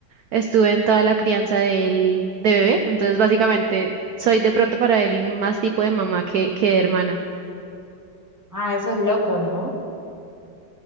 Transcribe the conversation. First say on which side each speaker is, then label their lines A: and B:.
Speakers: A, on the right (about 85°); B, on the right (about 20°).
A: estuve en toda la crianza del, de bebé, entonces básicamente soy de pronto para él más tipo de mamá que, que de hermana.
B: Ah, eso es loco, ¿no?